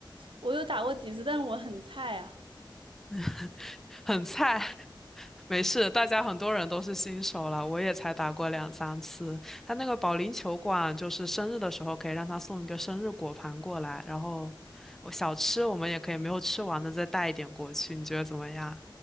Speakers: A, on the right; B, in the centre.
A: 我有打过几次，但是我很菜啊。
B: <laughs> 很菜，<laughs> 没事，大家很多人都是新手了，我也才打过两三次。他那个保龄球馆，就是生日的时候可以让他送一个生日果盘过来，然后我小吃我们也可以没有吃完的再带一点过去，你觉得怎么样？